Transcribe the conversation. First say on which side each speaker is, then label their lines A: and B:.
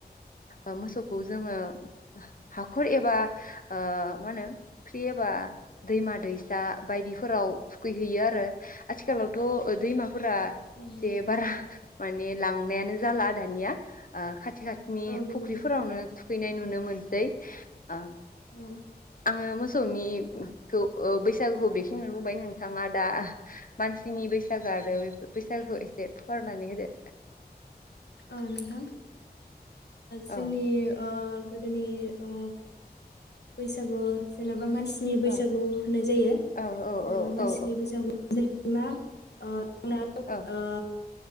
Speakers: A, on the left; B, on the left.
A: औ मोसौखौ जोङो हाखर एबा ओ मा होनो फुख्रि एबा दैमा दैसा दैसा बायदिफोराव थुखैहैयो आरो आथिखालावथ' ओ दैमाफोरा
B: औ
A: एसे बारा माने लांनायानो जाला दानिया ओ खाथि खाथिनि
B: नंगौ
A: फुख्रिफोरावनो
B: नोंथां
A: थुखैनाय नुयो नुनो मोनसै ओ
B: औ
A: आङो मोसौनिखौ ओ बैसाग बैसागुखौ बेखिनि बुंबाय नोंथाङा दा मानसिनि बैसागो आरो बे बैसागोखौ एसे फोरमायनानै होदो।
B: ओ नोंथां
A: अ
B: जोंनि ओ गोदोनि ओ बैसागु जेनेबा मानसि मानसिनि
A: अ
B: बैसागु होननाय जायो
A: औ औ
B: जेनबा मानसिनि
A: औ
B: बैसागु जा इमान ओ <unintelligible>
A: औ
B: ओ